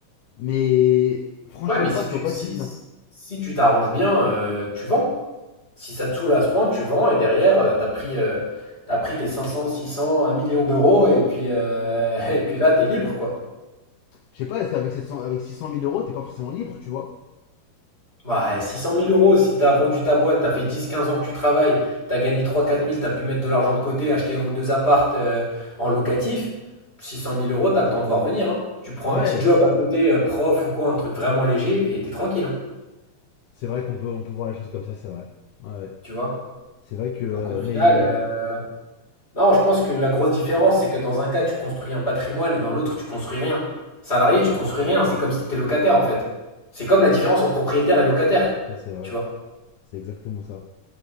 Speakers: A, on the left; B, on the left.
A: Mais franchir
B: Ouais, mais
A: le
B: si
A: pas, ça
B: tu
A: doit pas
B: si,
A: être évident.
B: si tu t'arranges bien, euh, tu vends. Si ça te saoule à ce point, tu vends et derrière, euh, t'as pris, euh, t'as pris tes cinq cents, six 600, un million d'euros et puis, euh, <laughs> et puis là, t'es libre, quoi.
A: Je sais pas, c'est avec, 700 avec 600 000 euros, t'es pas forcément libre, tu vois.
B: Bah, 600 000 euros, si t'as vendu ta boîte, t'as fait 10-15 ans que tu travailles, t'as gagné 3-4 000, t'as pu mettre de l'argent de côté, acheter un ou deux appartes euh, en locatif, 600 000 euros, t'as le temps de voir venir. hein. Tu prends
A: Ouais,
B: un petit job
A: c'est sûr.
B: à côté, euh, prof ou quoi, un truc vraiment léger, et t'es tranquille, hein,
A: C'est vrai qu'on peut, on peut voir les choses comme ça, c'est vrai. Ouais.
B: tu vois.
A: C'est vrai que. euh,
B: Donc au final,
A: mais.
B: euh, non, je pense que la grosse différence, c'est que dans un cas, tu construis un patrimoine et dans l'autre, tu construis rien. Salarié, tu construis rien, c'est comme si t'étais locataire en fait. C'est comme la différence entre propriétaire et locataire,
A: Ça, c'est vrai.
B: tu vois.
A: C'est exactement ça.